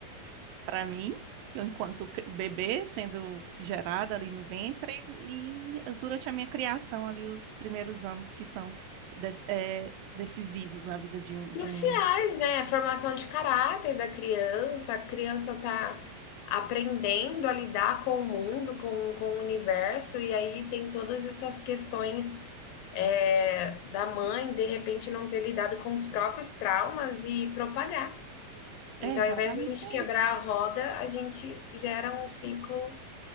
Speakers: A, on the right (about 75°); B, on the left (about 75°).
A: para mim, eu enquanto cri- bebê sendo gerada ali no ventre e durante a minha criação ali os primeiros anos que são des- eh, decisivos na vida de um,
B: Cruciais,
A: de um...
B: né? A formação de caráter da criança, a criança tá aprendendo a lidar com o mundo, com, com o universo, e aí tem todas essas questões é, da mãe, de repente, não ter lidado com os próprios traumas e propagar. Então,
A: É, exatamente
B: ao invés de a gente quebrar a roda, a gente gera um ciclo